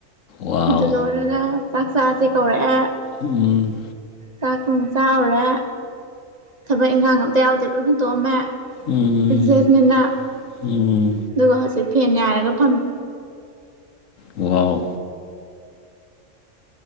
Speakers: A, on the left (about 80°); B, on the right (about 35°).
A: ꯋꯥꯎ
B: ꯑꯗꯨ ꯂꯣꯏꯔꯒ ꯆꯥꯛ ꯆꯥꯁꯦ ꯀꯧꯔꯛꯑꯦ
A: ꯎꯝ
B: ꯆꯥꯛꯇꯣ ꯑꯃꯨꯛ ꯆꯥꯎꯔꯦ ꯊꯕꯛ ꯏꯪꯈꯥꯡ ꯑꯝꯇ ꯌꯥꯎꯗꯦ ꯂꯣꯏ ꯍꯨꯟꯇꯣꯛꯑꯝꯃꯦ
A: ꯎꯝ
B: ꯄ꯭ꯔꯤꯁꯦꯁꯅꯤꯅ
A: ꯎꯝ
B: ꯑꯗꯨꯒ ꯍꯧꯖꯤꯛ ꯐꯦꯟ ꯉꯥꯏꯔꯒ ꯐꯝꯃꯤ
A: ꯋꯥꯎ